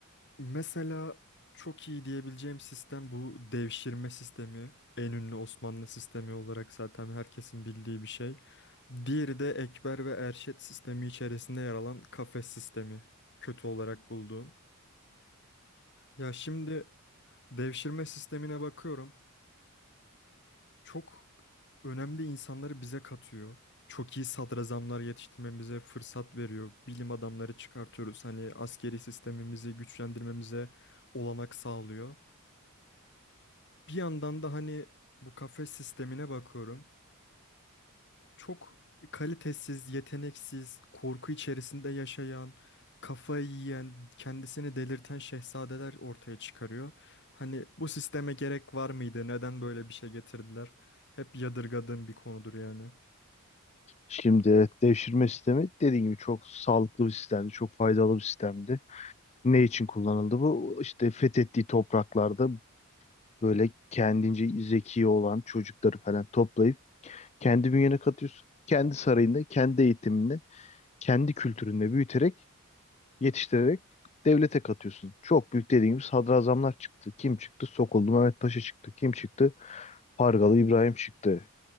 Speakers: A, on the left (about 50°); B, on the left (about 30°).
A: Mesela çok iyi diyebileceğim sistem bu devşirme sistemi. En ünlü Osmanlı sistemi olarak zaten herkesin bildiği bir şey. Diğeri de Ekber ve Erşet sistemi içerisinde yer alan kafes sistemi. Kötü olarak bulduğum. Ya şimdi Devşirme sistemine bakıyorum. Çok önemli insanları bize katıyor. Çok iyi sadrazamlar yetiştirmemize fırsat veriyor. Bilim adamları çıkartıyoruz. Hani askeri sistemimizi güçlendirmemize olanak sağlıyor. Bir yandan da hani bu kafes sistemine bakıyorum. çok kalitesiz, yeteneksiz, korku içerisinde yaşayan, kafayı yiyen, kendisini delirten şehzadeler ortaya çıkarıyor. Hani bu sisteme gerek var mıydı? Neden böyle bir şey getirdiler? Hep yadırgadığım bir konudur yani.
B: şimdi devşirme sistemi dediğim gibi çok sağlıklı bir sistemdi, çok faydalı bir sistemdi. Ne için kullanıldı bu? İşte fethettiği topraklarda böyle kendince zeki olan çocukları falan toplayıp kendi bünyene katıyorsun. Kendi sarayında, kendi eğitiminde, kendi kültüründe büyüterek, yetiştirerek devlete katıyorsun. Çok büyük dediğimiz sadrazamlar çıktı. Kim çıktı? Sokullu Mehmet Paşa çıktı. Kim çıktı? Pargalı İbrahim çıktı.